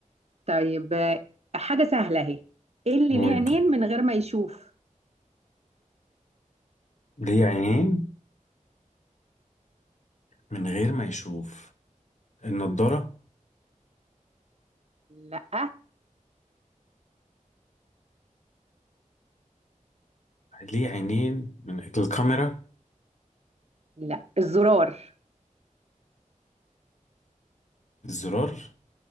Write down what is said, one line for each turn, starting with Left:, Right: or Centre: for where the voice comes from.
Right: طيب آه، حاجة سهلة اهي ايه اللي
Left: قولي
Right: ليه عينين من غير ما يشوف
Left: ليه عينين من غير ما يشوف النضاره
Right: مم. لا
Left: ليه عينين من الكاميرا
Right: لا الزرار
Left: الزرار